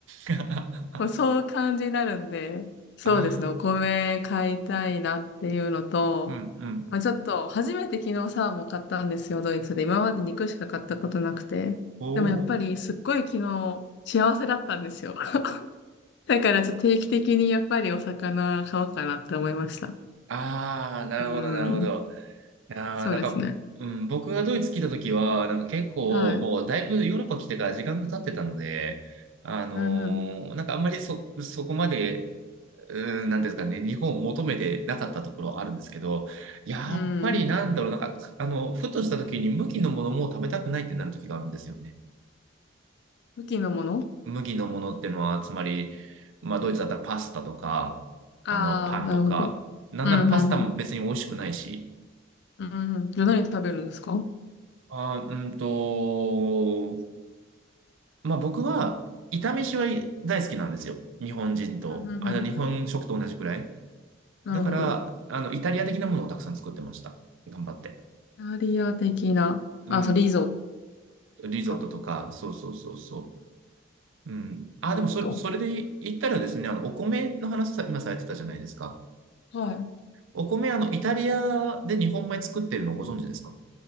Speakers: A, on the right; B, on the left.
A: <laughs>
B: もうそう感じになるんで、そうですね、
A: ああ、
B: お米買いたいなっていうのと、
A: うん、うん。
B: まあ、ちょっと、初めて昨日サーモン買ったんですよ、ドイツで。今まで肉しか買ったことなくて。
A: お
B: でもやっぱり、すっごい昨日、幸せだったんですよ。<laughs> だから、ちょっと定期的にやっぱりお魚買おうかなって思いました。
A: ああ、なるほど、
B: うん。
A: なるほど。いやーなんか、
B: そうですね。
A: うん、僕がドイツ来た時は、なんか結構、
B: はい。
A: もうだいぶヨーロッパ来てから時間が経ってたので、あのーなんかあんまりそ、
B: うん
A: そこまで、うん、なんていうんですかね、日本を求めてなかったところはあるんですけど、やっぱりなんだろう、
B: うん。うん。
A: なんか、あの、ふとした時に麦のものも食べたくないってなる時があるんですよね。
B: 武器のもの
A: 麦のものってのは、つまり、まあ、ドイツだったらパスタとか、
B: ああー、
A: あの、パンとか、
B: なるほど。
A: なんならパスタも別に美味しくないし、
B: うんうんうん。うんうん。じゃあ何食べるんですかうん
A: あー、うんと、まあ僕は、炒めしは大好きなんですよ。日本人と、
B: うんうん。
A: あ、日本食と同じくらい。
B: なるほど。
A: だから、あの、イタリア的なものをたくさん作ってました。頑張って。
B: イタリア的な。
A: うん。
B: あ、そう、リゾットか。
A: リゾットとか、そうそうそうそう。うん。あ、
B: なるほど。
A: でもそ、それで言ったらですね、あの、お米の話さ、今されてたじゃないですか。
B: はい。
A: お米、あの、イタリアで日本米作ってるのをご存知ですか